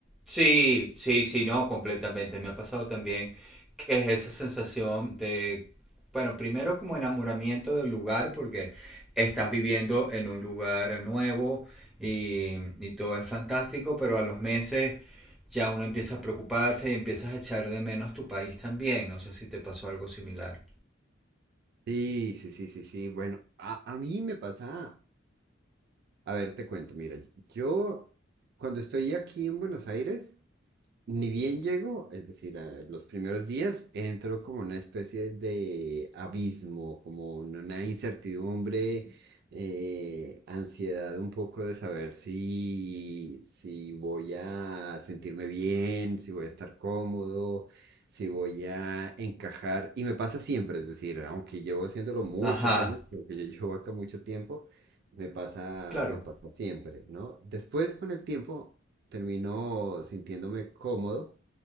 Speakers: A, in the centre; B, on the right.
A: Sí, sí, sí, no, completamente. Me ha pasado también que es esa sensación de, bueno, primero como enamoramiento del lugar, porque estás viviendo en un lugar nuevo y, y todo es fantástico, pero a los meses ya uno empieza a preocuparse y empiezas a echar de menos tu país también. No sé si te pasó algo similar.
B: Sí, sí, sí, sí, sí. Bueno, a, a mí me pasa, a ver, te cuento, mira, yo cuando estoy aquí en Buenos Aires, Ni bien llegó, es decir, a los primeros días entró como una especie de abismo, como una incertidumbre, eh, ansiedad un poco de saber si, si voy a sentirme bien, si voy a estar cómodo, si voy a encajar. Y me pasa siempre, es decir, aunque llevo haciéndolo muchos
A: Ajá,
B: años, porque yo llevo acá mucho tiempo, me pasa,
A: claro,
B: me pasa siempre, ¿no? Después con el tiempo termino sintiéndome cómodo.